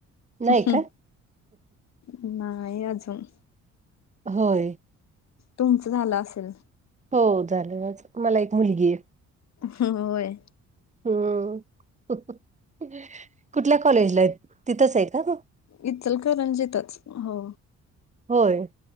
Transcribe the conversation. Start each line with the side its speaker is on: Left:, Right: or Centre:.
Right: नाही
Left: अह्ह
Right: का?
Left: नाही अजून.
Right: होय.
Left: तुमचं झालं असंल?
Right: हो झालंय माझं. मला एक मुलगीए.
Left: हह व्हय.
Right: हम्, अंह्हह्ह हअ कुठल्या कॉलेजलायत? तिथंच आहे का तू?
Left: इच्चलकरंजितच. हो.
Right: होय.